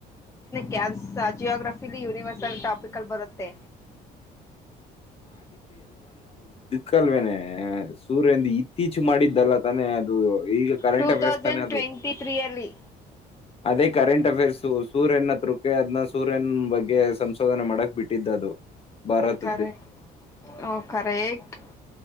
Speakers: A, on the left; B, on the left.
A: ಕ್ಯಾನ್ಸ ಜಿಯೋಗ್ರಫಿಲಿ ಯೂನಿವರ್ಸಲ್ ಟಾಪಿಕಲ್ಲಿ ಬರುತ್ತೆ
B: ಕಲ್ವೇನೆ ಸೂರ್ಯಂದ ಇ ಇಚ್ ಮಾಡಿದ್ದಲ್ಲ ತಾನೆ ಅದು ಈಗ ಕರೆಂಟ್
A: ಟೂ
B: ವ್ಯವಸ್ಥಾನೆ
A: ತೌಸಂಡ್
B: ಅದು
A: ಟ್ವೆಂಟಿ ತ್ರೀ ಅಲ್ಲಿ
B: ಅದೇ ಕರೆಂಟ್ ಅಫೇರ್ಸ್ ಸೂರ್ಯನ್ ಹತ್ರಕ್ಕೆ ಅದನ್ನ ಸೂರ್ಯನ್ ಬಗ್ಗೆ ಸಂಶೋಧನೆ ಮಾಡಕ್ ಬಿಟ್ಟಿದ್ದ ಅದು ಭಾರತ
A: ಮ್ಮ್ ಕರೇಟ್